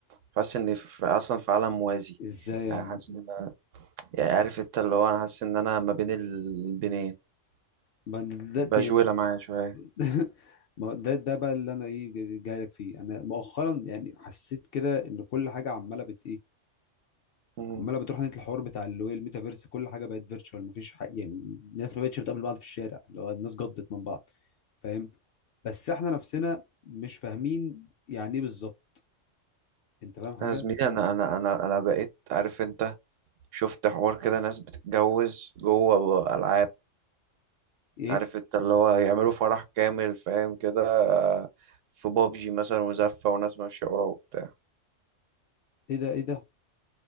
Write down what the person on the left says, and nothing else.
ازاي يعني
ما ده
ده- يعني
<laughs> ما هو ده ده بقى اللي انا ايه جاي جاي لك فيه انا مؤخرا يعني حسيت كده ان كل حاجه عماله بت ايه
عماله بتروح ناحيه الحوار بتاع اللي هو الميتافيرس كل حاجه بقت فيرتشوال مفيش حق يعني الناس ما بقتش بتقابل بعض في الشارع اللي هو الناس جضت من بعض فاهم بس احنا نفسنا مش فاهمين يعني ايه بالظبط انت فاهم حاجه
ايه
ايه ده ايه ده